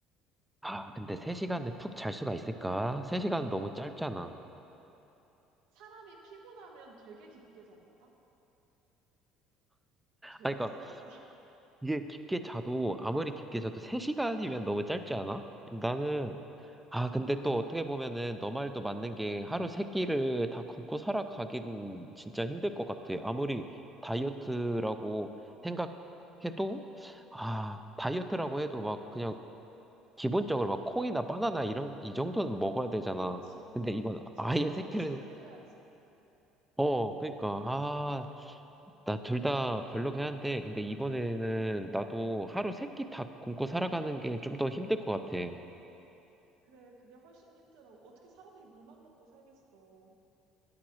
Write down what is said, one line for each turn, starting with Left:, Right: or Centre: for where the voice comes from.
Centre: 아, 근데 세시간에 푹 잘 수가 있을까? 세시간 너무 짧잖아.
Right: 사람이 피곤하면 되게 깊게 잔다? 되게
Centre: 아, 그러니까
Right: 잘 자. <laughs>
Centre: 이게 깊게 자도, 아무리 깊게 자도 세시간이면 너무 짧지 않아? 나는 아, 근데 또 어떻게 보면은 너 말도 맞는 게 하루 세 끼를 다 굶고 살아가긴 진짜 힘들 것 같아. 아무리 다이어트라고 생각해도, 아, 다이어트라고 해도 막 그냥 기본적으로 막 콩이나 바나나 이런, 이 정도는 먹어야 되잖아.
Right: 그치?
Centre: 근데 이건
Right: 그치,
Centre: 아예
Right: 뭔가
Centre: 세
Right: 섭취를
Centre: 끼를,
Right: 해야지.
Centre: 어, 그러니까, 아, 나 둘 다 별로긴 한데, 근데 이번에는 나도 하루 세끼 다 굶고 살아가는 게 좀 더 힘들 것 같아.
Right: 그래, 그게 훨씬 힘들어. 어떻게 사람이 물만 먹고 살겠어.